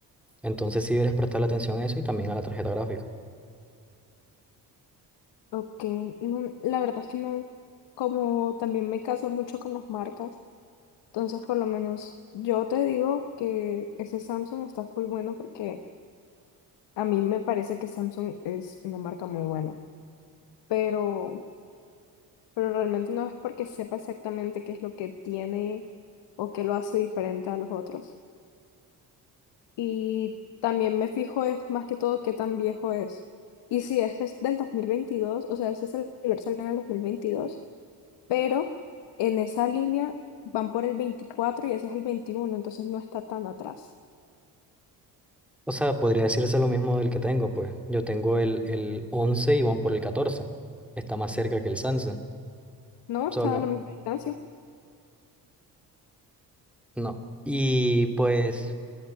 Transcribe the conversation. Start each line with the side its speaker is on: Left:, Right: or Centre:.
Centre: Entonces sí deberías prestarle atención a eso y también a la tarjeta gráfica.
Left: Ok, no, la verdad es que no, como también me caso mucho con las marcas, entonces por lo menos yo te digo que ese Samsung está full bueno porque a mí me parece que Samsung es una marca muy buena, pero, pero realmente no es porque sepa exactamente qué es lo que tiene o qué lo hace diferente a los otros. Y también me fijo es más que todo qué tan viejo es. Y si ese es del dos mil veintidós o sea, ese celular salió en el dos mil veintidós pero en esa línea van por el 24 y ese es el veintiuno entonces no está tan atrás.
Centre: O sea, podría decirse lo mismo del que tengo, pues yo tengo el, el 11 y van por el catorce Está más cerca que el Samsung.
Left: No,
Centre: Sola,
Left: están a la misma distancia.
Centre: no. Y pues